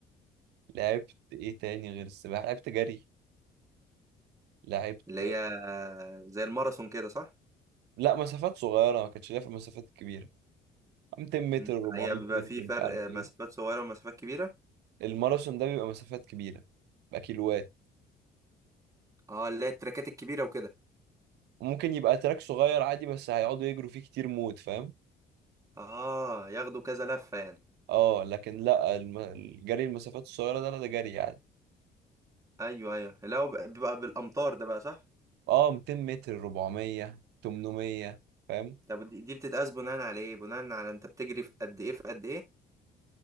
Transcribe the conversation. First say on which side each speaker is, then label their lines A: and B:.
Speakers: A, on the right; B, on the right.
A: لعبت ايه تاني غير السباحة لعبت جري لعبت
B: اللي هي زي الماراثون كده صح؟
A: لا مسافات صغيرة ما كانتش ليا في المسافات الكبيرة 200 متر
B: مم.
A: 400
B: هي بيبقى
A: متر
B: في فرق
A: مش عارف إيه.
B: مسافات صغيرة ومسافات كبيرة
A: الماراثون ده بيبقى مسافات كبيرة بيبقى كيلوات
B: اه اللي هي التراكات الكبيرة وكده
A: وممكن يبقى تراك صغير عادي بس هيقعدوا يجروا فيه كتير موت فاهم
B: اه ياخدوا كذا لفة يعني
A: اه لكن لا الم... الجري المسافات الصغيرة ده لا ده جري يعني
B: ايوه ايوه لا هو بقى- بيبقى بالامتار ده بقى صح؟
A: اه 200 متر 400 800 فاهم
B: طب دي دي بتتقاس بناء على ايه؟ بناء على انت بتجري في قد ايه في قد ايه؟